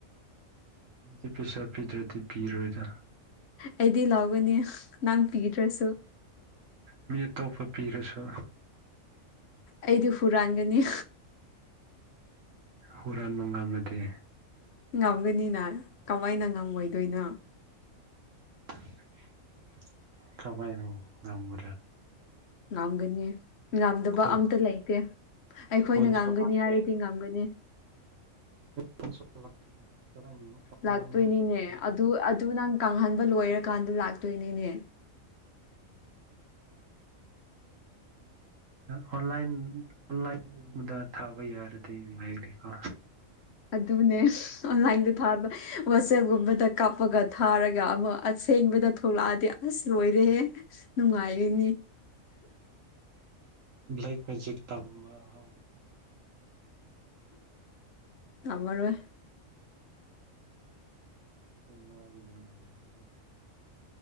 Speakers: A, on the right; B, on the left.
A: ꯗꯤ ꯄꯩꯁꯥ ꯄꯤꯗ꯭ꯔꯗꯤ ꯄꯤꯔꯣꯏꯗ
B: ꯑꯩꯗꯤ ꯂꯥꯎꯒꯅꯤ ꯅꯪ ꯄꯤꯗ꯭ꯔꯁꯨ
A: ꯃꯤ ꯑꯇꯣꯞꯄ ꯄꯤꯔꯁꯨ
B: ꯑꯩꯗꯤ ꯍꯨꯔꯥꯟꯒꯅꯤ
A: ꯍꯨꯔꯥꯥꯟ ꯉꯝꯃꯗꯤ
B: ꯉꯝꯒꯅꯤꯅ ꯀꯃꯥꯏꯅ ꯉꯝꯃꯣꯏꯗꯣꯏꯅꯣ
A: <inaudible> ꯀꯃꯥꯏ ꯉꯝꯒꯗ꯭ꯔꯥ
B: ꯉꯝꯒꯅꯤ ꯉꯝꯗꯕ
A: ꯈꯨꯠ
B: ꯑꯝꯇ ꯂꯩꯇꯦ ꯑꯩꯈꯣꯏꯅ
A: ꯈꯨꯟꯁꯨ
B: ꯉꯝꯒꯅꯤ
A: ꯂꯥꯛꯇꯦ
B: ꯍꯥꯏꯔꯗꯤ ꯉꯝꯒꯅꯤ
A: <unintelligible> ꯀꯃꯥꯏꯅ ꯑꯣꯟꯂꯥꯏꯟꯗ
B: ꯂꯥꯛꯇꯣꯏꯅꯤꯅꯦ ꯑꯗꯨ ꯑꯗꯨ ꯅꯪ ꯀꯪꯍꯟꯕ ꯂꯣꯏꯔꯀꯥꯟꯗ ꯂꯥꯛꯇꯣꯏꯅꯤꯅꯦ
A: ꯑꯣꯟꯂꯥꯏꯟ ꯑꯣꯟꯂꯥꯏꯟ ꯒꯨꯝꯕꯗ ꯊꯥꯕ ꯌꯥꯔꯗꯤ ꯅꯨꯉꯥꯏꯅꯤꯀꯣ
B: ꯑꯗꯨꯅꯦ ꯑꯣꯟꯂꯥꯏꯟꯗ ꯊꯥꯕ ꯋꯥꯆꯦꯞꯒꯨꯝꯕꯗ ꯀꯥꯞꯄꯒ ꯊꯥꯔꯒ ꯑꯃ ꯑꯁꯦꯡꯕꯗ ꯊꯣꯛꯂꯛꯑꯗꯤ ꯑꯁ ꯂꯣꯏꯔꯦꯍꯦ ꯅꯨꯡꯉꯥꯏꯔꯤꯅꯤ
A: ꯕ꯭ꯂꯦꯛ ꯃꯦꯖꯤꯛ ꯇꯝꯕ ꯍꯧꯔꯒ
B: ꯉꯝꯃꯔꯣꯏ
A: ꯆꯅꯥꯒꯤ ꯃꯅꯤꯔꯖꯟ